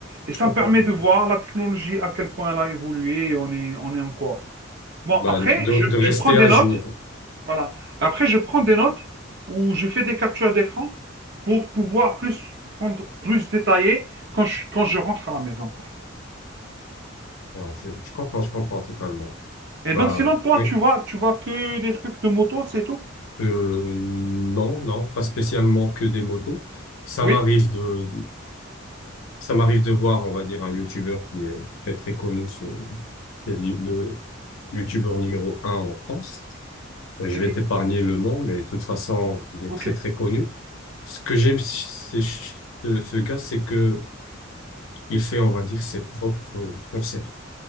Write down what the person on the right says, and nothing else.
Et
ça
me permet de voir la technologie, à quel point elle a évolué et on est, on est en quoi. Bon,
après,
je,
je prends des
notes voilà. Après, je prends des notes ou je fais des captures d'écran pour pouvoir plus prendre, plus détailler quand je, quand je rentre à la maison, quoi.
Et
donc, sinon, toi,
tu vois, tu vois que des trucs de moto, c'est tout?
Oui?
C'est
qui?
Ok,
ok,